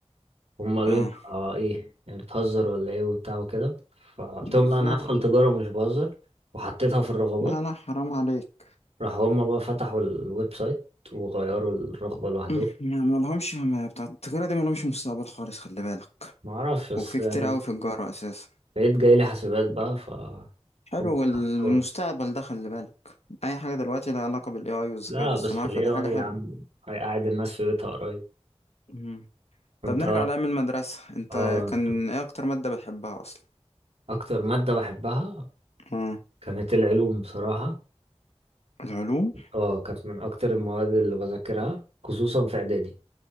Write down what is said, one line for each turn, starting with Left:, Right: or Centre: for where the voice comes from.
Right: هم قالوا
Left: اه
Right: لي انت آه ايه يعني بتهزر ولا ايه وبتاع وكده فقلت
Left: بالظبط
Right: لهم لا انا هدخل تجارة ومش بهزر وحطيتها في الرغبات
Left: لا لا حرام عليك
Right: راحوا هم بقى فتحوا الويب سايت وغيروا الرغبة لوحدهم
Left: <clears throat> ما ما لهمش ما بتاع التجارة دي ما لهمش مستقبل خالص خلي بالك
Right: معرفش بس
Left: وفي
Right: يعني
Left: كتير أوي في الجارة أساسا
Right: بقيت جاي لي حاسبات بقى ف
Left: حلو
Right: هم
Left: والمستقبل
Right: حطوها.
Left: ده خلي بالك أي حاجة دلوقتي لها علاقة بال AI والذكاء
Right: لا
Left: الاصطناعي
Right: بس ال
Left: فده
Right: AI
Left: حاجة حلوة
Right: يا عم هيقعد الناس في بيتها قريب
Left: مم.
Right: كنت
Left: طب نرجع لأيام المدرسة أنت
Right: اه
Left: كان إيه أكتر مادة بتحبها أصلا؟
Right: اكتر مادة بحبها
Left: آه.
Right: كانت العلوم بصراحة
Left: العلوم
Right: اه كانت من اكتر المواد اللي بذاكرها خصوصا في اعدادي